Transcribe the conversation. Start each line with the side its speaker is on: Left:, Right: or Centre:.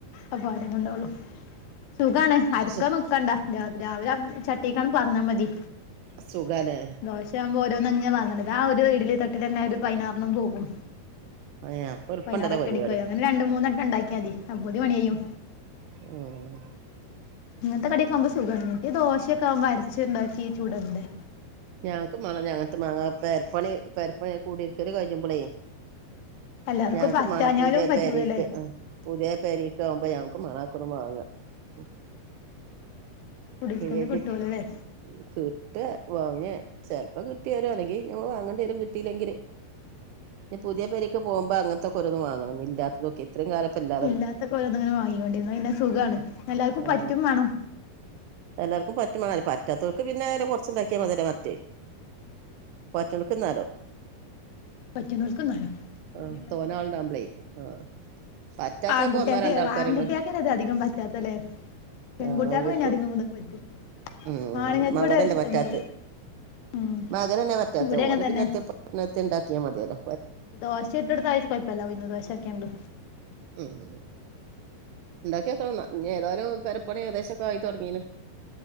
Left: ആ പാടെന്നെ ഇണ്ടാവൊള്ളു സുഖാണ് അരക്കാൻ
Right: സു
Left: നിക്കെണ്ട രാ രാവിലെ ആവുമ്പം ചട്ടിക്ക് ആണ്ട് പാർന്നാ മതി
Right: സുഖാലെ
Left: ദോശ ആവുമ്പം ഓരോന്ന് അങ്ങനെ പാർന്നൊട്ക്കാ ആ ഒര് ഇഡ്ഡ്ലി തട്ടില്ലെന്നെ ഒര് പൈനാറെണ്ണം പോകും
Right: ഏഹ് അപ്പൊ എളുപ്പണ്ടല്ലോ
Left: പൈയിനാർ ഒറ്റയടിക്ക്
Right: പരിപാടി
Left: കയ്യും അങ്ങനെ രണ്ട് മൂന്ന് വട്ടം ഇണ്ടാക്കിയാതി അപ്പോത്തിന് പണി കയ്യും
Right: ആഹ് ആഹ്
Left: ഇങ്ങെൻത്തെ കടിയൊക്കെ ആകുമ്പോ സുഖാണ് മറ്റെയ് ദോശയൊക്കെ ആകുമ്പോ അര്ച്ച് ഇണ്ടാക്കി ചുടണ്ടെ
Right: ഞങ്ങക്കും മാണം ഇഞ്ഞ് അങ്ങെൻത്തെ മാങ്ങാ പേരപ്പണി പേരപ്പണി കൂടിര്ക്കെൽ കഴിഞ്ഞപ്പളെയ്
Left: എല്ലാർക്കും
Right: ഞങ്ങക്ക്
Left: പറ്റാഞ്ഞാലും
Right: മാണം പുത്യാപെരേക്ക്
Left: പറ്റൂലല്ലേ
Right: ആ പുത്യാപെരേക്ക് ആവുമ്പോ ഞങ്ങക്കും മാണം അഒക്കൊന്ന് മാങ്ങാ. ഉം <unintelligible>
Left: കുടിൽക്കന്ന് കിട്ടുവല്ലോ അല്ലേ
Right: കിട്ടെ വാങ്ങെ ചെൽപ്പം കിട്ടി വെരും അല്ലെങ്കി ഞമ്മെൾ വാങ്ങണ്ടെരും കിട്ടിയില്ലെങ്കി <unintelligible> ഇഞ് പുതെ പേരിക്ക് പോവുമ്പോ അങ്ങെൻത്തൊക്കെ ഓരോന്ന് വാങ്ങെണം ഇഞ്ഞ് ഇല്ലാത്തെത് നോക്കി ഇത്രിം കാലം ഇപ്പം ഇല്ലാ
Left: ഇല്ലാത്തൊക്കെ ഓരോന്ന്ങ്ങനെ വാങ്ങികാണ്ടി എന്ന പിന്നെ സുഖാണ് എല്ലാർക്കും
Right: ആഹ്
Left: പറ്റും മാണം.
Right: എല്ലാർക്കും പറ്റും മാണം അല്ല പറ്റാത്തോൽക്ക് പിന്നെ ഒര് കൊർച്ച് ഇണ്ടാക്കി <unintelligible> മറ്റേ പറ്റ്ന്നോൽക്ന്നാലോ.
Left: പറ്റുന്നോൽക്ക് തിന്നാലോ പൂതിണ്ടെങ്കി
Right: ആഹ് തോന ആള്ണ്ടാബ്ലേ ആഹ് പറ്റാത്തെയ്
Left: ആൺകുട്ടിയാക്ക്
Right: ഇപ്പോ ഒന്നോ രണ്ടോ ആൾക്കാര്
Left: ആൺകുട്ടിയാക്കന്നെ
Right: ഒള്ളു
Left: ഇത് അധികം പറ്റാത്തല്ലേ പെൺകുട്ടിയാക്ക്
Right: ആ ഓൽക്
Left: പിന്നെ അധികം ഇതൊക്കെ പറ്റും
Right: ഉം
Left: ആണുങ്ങൾക്ക്
Right: മകനല്ല
Left: ഇവിടെ ഇഷ്ടം
Right: മ റ്റാത്തെ
Left: കുറവ് ഉം
Right: മകനെന്നെ പറ്റാത്തെ
Left: ഇവിടെ
Right: ഓന്
Left: അങ്ങനെ
Right: പിന്നെ
Left: തന്നെ
Right: എത്തെം പറ്റണ എത്തെം ഉണ്ടാക്കിയാ മതിയെല്ലോ
Left: ദോശ ഇട്ടെട്ത്താൽ കൊയ്ഴപ്പല്ല ഉ യുന്ന് ദോശാക്യാണ്ട്.
Right: ഉം ഉം. ഇണ്ടാക്കിയൊക്കെണം ഇന്നാ ഇഞ്ഞ് ഏതാലും പെരപ്പണി ഏകദേശൊക്കെ ആയി തൊടങ്ങീണ്